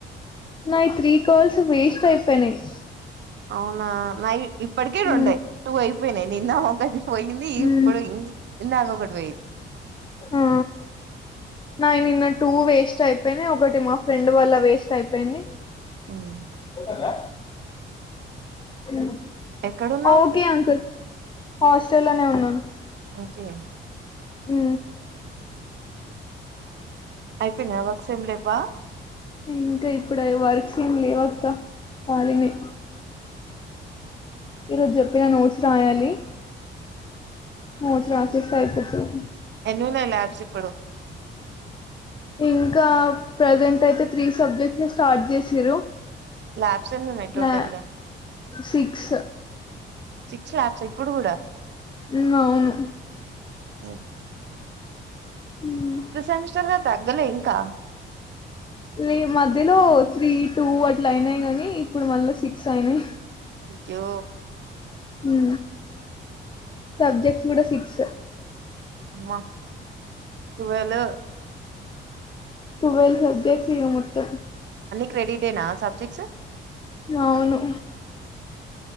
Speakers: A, on the left (about 25°); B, on the right (about 65°).
A: నాయి త్రీ కాల్స్ వేస్ట్ అయిపోయినాయి
B: అవునా నావి ఇప్పటికీ రెండే
A: ఉమ్
B: టూ అయిపో పనే ఇన్న కది పోయింది ఇప్పుడు
A: ఉమ్
B: ఇ ఇందాక ఒకటి వెయిదు
A: ఆ నాయి నిన్న టూ వేస్ట్ అయిపోయినాయి ఒకటి మా ఫ్రెండ్ వల్ల వేస్ట్ అయిపోయింది
B: ఉమ్
A: పోతాంద మ్
B: ఎక్కడున్నావ్
A: ఓకే అంకుల్ హాస్టల్ లోనే ఉన్నాను
B: ఓకే
A: మ్
B: అయిపోయినా వక్స ఏం లేవా
A: మ్ ఇంకా ఇప్పుడే వర్క్స్ ఏమి లేవక్క పాలిని ఈరోజు చెప్పిన నోట్స్ రాయాలి హు ట్రాన్షిఫ్ట్ అయితే అ
B: ఎన్నున్నాయ్ లాబ్స్ ఇప్పుడు
A: ఇంకా ప్రెజెంట్ అయితే త్రీ సబ్జెక్ట్స్ స్టార్ట్ చేసిర్రు
B: లాబ్స్ ఏనున్నయ్ టోటల్
A: లా
B: గా
A: సిక్స్
B: సిక్స్ ల్యాబ్స్ ఇప్పుడు గుడా
A: హుమ్ అవును
B: హు
A: హుమ్
B: సెమిస్టర్ గా తగ్గలే ఇంకా
A: ఈ మధ్యలో త్రీ టూ అట్ల అయినాయి గానీ ఇప్పుడు మళ్ళా సిక్స్ అయినాయి
B: యో
A: ఉ సబ్జెక్ట్స్ కూడా సి క్స్
B: మా టువలు
A: టువెల్ సబ్జెక్ట్ ఇగ మొత్తం
B: క్రేడిదేనా సబ్జెక్ట్స్
A: అవును